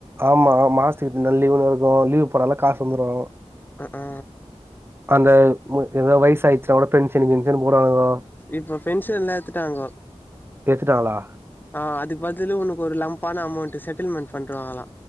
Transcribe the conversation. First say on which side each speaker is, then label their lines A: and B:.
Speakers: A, on the right; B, on the left.
A: ஆமா மாஸ்துக்கு நல்லீவு தா லீவ் போட்டாலும் காசு வந்துரும்
B: ஆ ஆ
A: அந்த ஏதாவது வயசு ஆயிச்சுனா கூட பென்ஷன் கின்ஷன் போடுவானுங்கோ
B: இப்ப பென்ஷன்ல்ல ஏத்துட்டாங்க
A: ஏத்துட்டாங்களா
B: ஆ அதுக்கு பதிலு உனக்கு ஒரு லம்பான அமௌண்டட் செட்டில்மெண்ட் பண்றவாங்களா